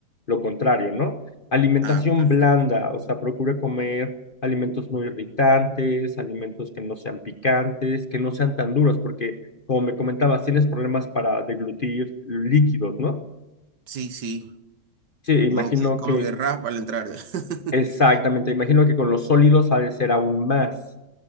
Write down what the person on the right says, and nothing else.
Ah, perfecto.
Sí, sí,
como que, como
que raspa al entrar. <laughs>